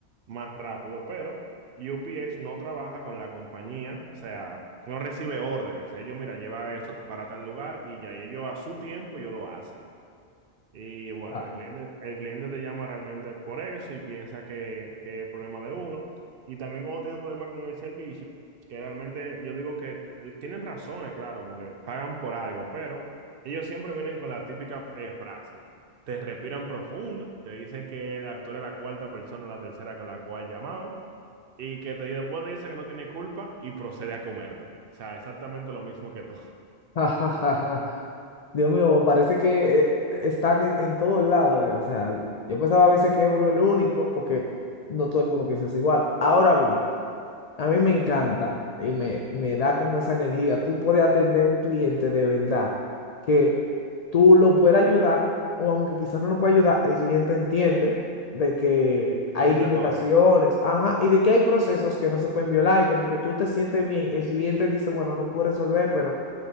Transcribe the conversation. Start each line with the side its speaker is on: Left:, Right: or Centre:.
Right: más rápido. Pero UPS no trabaja con la compañía, o sea, no recibe órdenes. Ellos, mira, lleva esto para tal lugar y ya y ellos a su tiempo ellos lo hacen. Y bueno,
Left: Ah,
Right: el cliente, el cliente te llama realmente por eso y piensa que, que es problema de uno. Y también cuando tienen problemas con el servicio, que realmente yo digo que eh, tienen razones, claro, porque pagan por algo, pero ellos siempre vienen con la típica eh, frase. Te respiran profundo, te dicen que el actor es la cuarta persona o la tercera con la cual llamado, y que te, después te dice que no tiene culpa y procede a comerte. O sea, exactamente lo mismo que tú. <laughs>
Left: <laughs> ja, ja, ja, ja. Dios mío, parece que eh, están en, en todos lados, eh, O sea, yo, yo pensaba a veces que uno es el único, porque no todo el mundo piensa igual. Ahora bien, a mí me encanta y me, me da como esa energía. Tú puedes atender a un cliente de verdad, que tú lo puedas ayudar, o aunque quizás no lo pueda ayudar, el cliente entiende de que hay
Right: Tú hiciste
Left: limitaciones,
Right: todo.
Left: ajá, y de que hay procesos que no se pueden violar, y como que tú te sientes bien, el cliente dice, bueno, no puedo resolver, pero